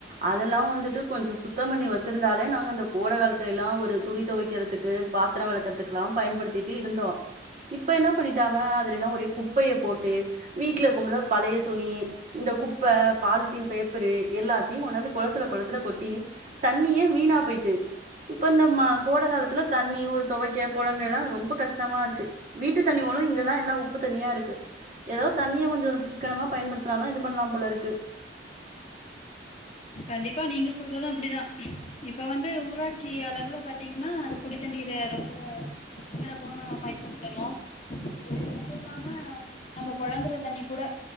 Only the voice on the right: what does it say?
அதெல்லா வந்துட்டு கொஞ்சோ சுத்தம் பண்ணி வச்சிருந்தாலே நாங்க அந்த கோட காலத்துல எல்லா ஒரு துணி தொவைக்கிறதுக்கு பாத்ரோ வளக்கறதுக்குல்லா பயன்படுத்திட்டே இருந்தோ இப்ப என்ன பண்ணிட்டாங்க அதுலல்லா ஒரே குப்பய போட்டு வீட்டுல இருக்கும்ல பழய துணி இந்த குப்ப பாலித்தீன் பேப்பரு எல்லாத்தயு கொண்டாந்து கொளத்துல கொளத்துல கொட்டி தண்ணியே வீணாப்போயிட்டு இப்போ இந்த மா கோட காலத்துல தண்ணி ஒரு துவைக்க புழங்க எல்லா ரொம்ப கஷ்டமா இருக்கு வீட்டு தண்ணிங்களு இங்கெல்லா ஒரே உப்பு தண்ணியா இருக்கு ஏதோ தண்ணியே கொஞ்சோ சி க்கனமா பயன்படுத்தினாதா இது பண்ணலா போல இருக்கு